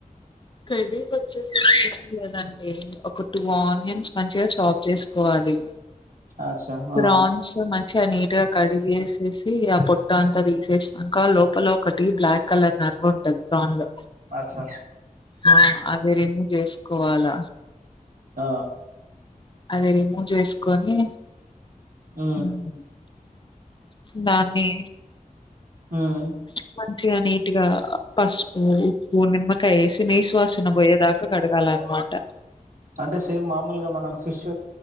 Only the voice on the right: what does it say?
అచ్చా
ఆ
అచ్చా
ఆ
ఉ
మ్మ్
అంటే సేమ్ మామూలుగా మనం ఫిష్